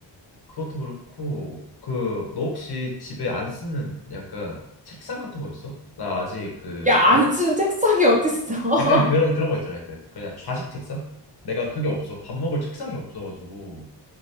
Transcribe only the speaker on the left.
그것도 그렇고 그 너 혹시 집에 안 쓰는 약간 책상 같은 거 있어? 나 아직 그반
약간 그런
그런 거 있잖아요. 약간 그냥 좌식 책상? 내가 그게 없어. 밥 먹을 책상이 없어가지고